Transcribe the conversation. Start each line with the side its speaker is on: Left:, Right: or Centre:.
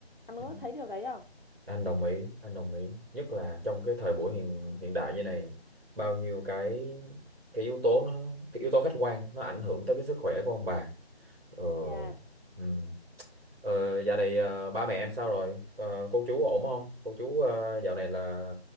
Left: anh có
Right: ừ.
Left: thấy điều đấy không?
Right: anh đồng ý anh đồng ý nhất là trong cái thời buổi hiện hiện đại như này bao nhiêu cái cái yếu tố nó cái yếu tố khách quan nó ảnh hưởng tới cái sức khỏe của ông bà ừ,
Left: Dạ
Right: ừ. Ờ, dạo này ờ, ba mẹ em sao rồi? Ờ, cô chú ổn không? Cô chú ờ, dạo này là